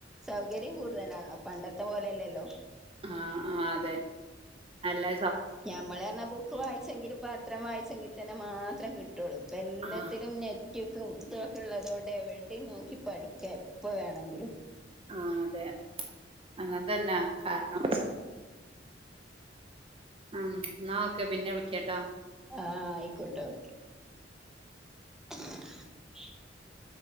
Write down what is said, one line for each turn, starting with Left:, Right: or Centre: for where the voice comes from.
Centre: സൗകര്യം കൂടുതലാണല്ലോ പണ്ടത്തെ പോലെയല്ലല്ലോ
Right: ആഹ ആ അതെ അല്ലാ
Centre: ഞമ്മൾ എറഞ്ഞ ബുക്ക് വായിച്ചെങ്കിലും പത്രം വായിച്ചെങ്കിൽ തന്നെ മാത്രം കിട്ടുള്ളൂ ഇപ്പ എല്ലാത്തിലുംഞെ
Right: ആ
Centre: കുറ്റിയക്കെ മുദൊക്കെ ഉള്ളതുകൊണ്ട് എവിടെയും നോക്കി പഠിക്കുക എപ്പോ വേണമെങ്കിലും
Right: ആ അതെ അങ്ങനെ അതന്നെ കാരണം ഉം നാ ക്കെ പിന്നെ വിളിക്കേട്ടോ
Centre: ആഹ ആയിക്കോട്ടെ ഓക്കെ <inaudible>